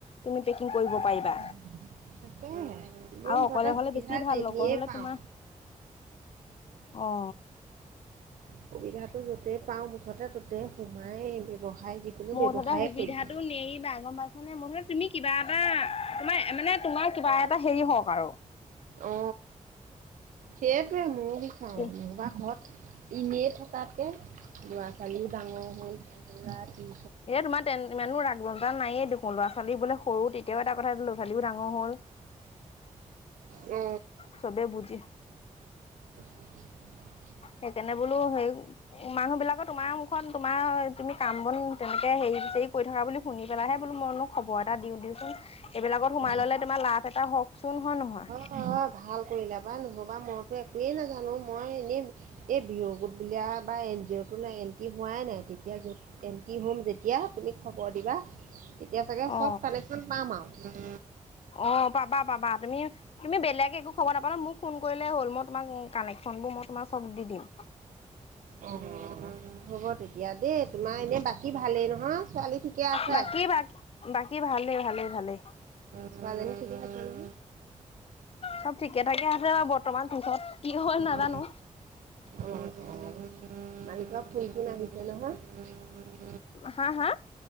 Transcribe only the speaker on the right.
অ
তাকেহে। মই
মুঠতে
সুবিধা
যেনিয়ে
পাওঁ।
সুবিধাটো য'তেই পাও মুঠতে ত'তেই সোমাই ব ব্যৱসায়। যিকোনো
ব্যৱসায়ে
কৰিম।
অ সেইটোৱে ময় বিখাওঁ
নহবা ঘৰত ইনেই থকাতকে ল'ৰা ছোৱালীও ডাঙৰ হ'ল তেওঁ লৰা ই।
অ।
<unintelligible>
অ
অ ভাল কৰিলা বা নহবা মইতো একোৱেই নাজানো। মই এনেই এই ভিঅ' গোত বুলি আৰু এবাৰ এন জি অ' তোলে এণ্ট্ৰি হোৱাই নাই, তেতিয়া য'ত এণ্ট্ৰি হ'ম যেতিয়া তুমি খবৰ দিবা তেতিয়া চাগে
চব কানেক্সন পাম আৰু।
অ হ'ব তেতিয়া দেই, তোমাৰ এনে বাকী ভালেই নহয়? ছোৱালী ঠিকে আছে
ছোৱালীজানী ঠিকে আছে নহয়?
অ অ' মালিকৰ ফোন-চোন আহিছে নহয়?